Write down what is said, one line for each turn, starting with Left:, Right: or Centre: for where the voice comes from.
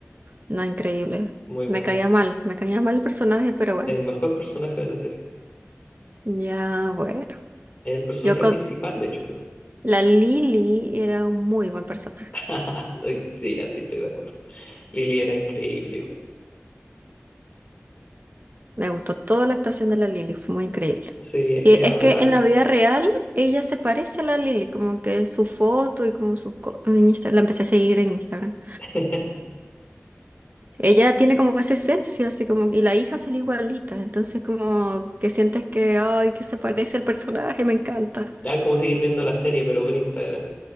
Right: no, increíble.
Left: muy bueno.
Right: Me caía mal, me caía mal el personaje, pero bueno,
Left: El mejor personaje de la serie.
Right: ya bueno.
Left: El personaje
Right: Yo con
Left: principal, de hecho, creo.
Right: la Lily era un muy buen personaje.
Left: <laughs> Estoy, sí, así estoy de acuerdo. Lily era increíble, güey.
Right: Me gustó toda la actuación de la Lily, fue muy increíble.
Left: Sí, es
Right: Y
Left: que es adorable.
Right: es que en la vida real ella se parece a la Lily, como que su foto y como su... co- En Instagram, la empecé a seguir en Instagram.
Left: <laughs>
Right: Ella tiene como esa esencia, así como... Y la hija salió igualita, entonces como que sientes que, ay, que se parece al personaje, me encanta.
Left: Ah, es como seguir viendo la serie, pero por Instagram.